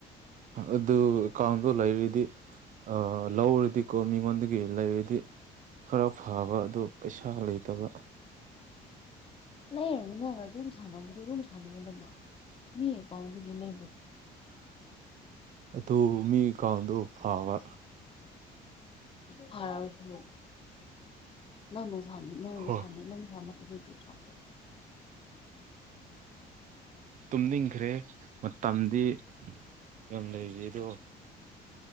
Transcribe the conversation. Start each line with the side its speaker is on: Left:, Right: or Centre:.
Right: ꯑꯗꯨ ꯀꯥꯡꯗꯣ ꯂꯩꯔꯤꯗꯤ ꯑ ꯂꯧꯔꯗꯤꯀꯣ ꯃꯤꯉꯣꯟꯗꯒꯤ ꯂꯩꯔꯗꯤ ꯈꯔ ꯐꯕ ꯑꯗꯨ ꯄꯩꯁꯥ ꯂꯩꯇꯕ
Left: ꯂꯩꯔ ꯅꯪ ꯑꯗꯨꯝ ꯁꯥꯟꯅꯕꯗ ꯑꯗꯨꯝ ꯁꯥꯟꯅꯕꯅꯕꯗꯃ ꯃꯤ ꯀꯥꯎꯕ ꯅ
Right: ꯑꯗꯨ ꯃꯤ ꯑꯦꯀꯥꯎꯟꯗꯨ ꯐꯥꯕ
Left: ꯐ ꯑꯣꯏ ꯐꯂ ꯅ ꯪ ꯁꯥꯟ ꯅꯪ
Right: ꯍꯣꯏ
Left: ꯁꯥꯟꯅ ꯁ
Right: ꯇꯨꯝꯅꯤꯡꯈ꯭ꯔꯦ ꯃꯇꯝꯗꯤ ꯀ ꯂꯩꯖꯗꯣ